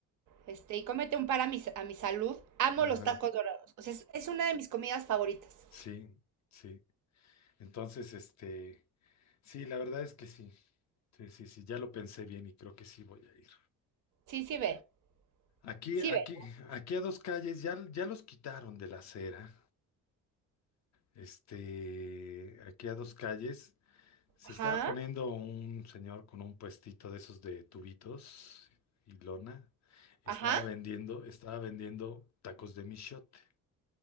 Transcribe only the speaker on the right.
Este, y cómete un par a mi, a mi salud. Amo
los tacos dorados. O sea, es, es una de mis comidas favoritas.
Sí, sí ve.
Sí
ve.
Ajá,
ajá.